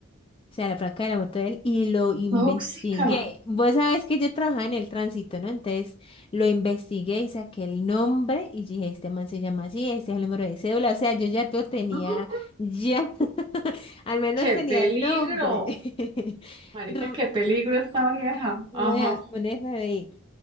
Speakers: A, on the left; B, on the right.
A: O sea, la placa de la moto de él y lo investigué.
B: Tóxica.
A: Vos sabés que yo trabajaba en el tránsito, ¿no? Entonces lo investigué y saqué el nombre y dije, este man se llama así, este es el número de cédula. O sea, yo ya todo tenía,
B: ¡Ah!
A: ya, <laughs> al menos
B: ¡Qué
A: tenía
B: peligro!
A: el nombre. <laughs>
B: Marica,
A: R-
B: qué peligro esta vieja.
A: vaya,
B: Ajá.
A: Un FBI.